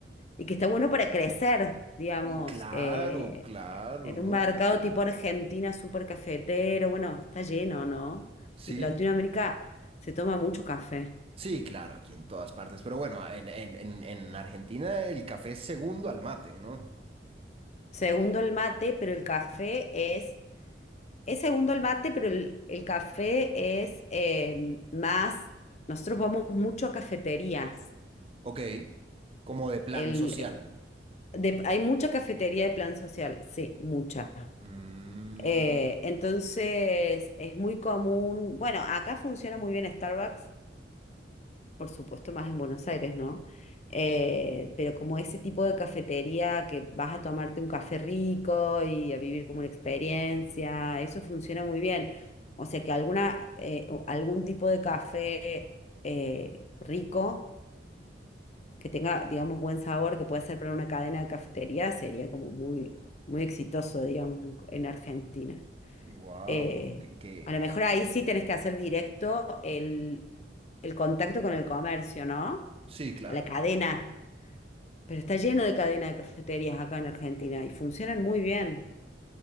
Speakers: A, on the left; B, on the right.
A: y que está bueno para crecer, digamos,
B: Mm, Claro,
A: eh,
B: claro,
A: en
B: ¿no?
A: un mercado
B: Es que
A: tipo Argentina, súper cafetero, bueno, está lleno, ¿no?
B: sí,
A: En Latinoamérica se toma mucho café.
B: sí, claro, aquí en todas partes. Pero bueno, en, en, en, en Argentina el café es segundo al mate, ¿no?
A: Segundo el mate, pero el café es Es segundo el mate, pero el, el café es eh, más, nosotros vamos mucho a cafeterías.
B: Ok, como de plan
A: El,
B: social.
A: de- hay mucha cafetería de plan social, sí, mucha.
B: Mm,
A: Eh, entonces es muy común, bueno, acá funciona muy bien Starbucks por supuesto, más en Buenos Aires, ¿no? Eh, pero como ese tipo de cafetería que vas a tomarte un café rico y a vivir como una experiencia, eso funciona muy bien. O sea que alguna, eh, o algún tipo de café eh, rico, que tenga, digamos, buen sabor, que pueda ser para una cadena de cafetería, sería como muy, muy exitoso, digamos, en en Argentina.
B: wow,
A: Eh,
B: que, que-
A: a lo mejor ahí sí tenés que hacer directo el, el contacto con el comercio, ¿no?
B: sí, claro.
A: Con la cadena. Pero está lleno de cadena de cafeterías acá en Argentina y funcionan muy bien.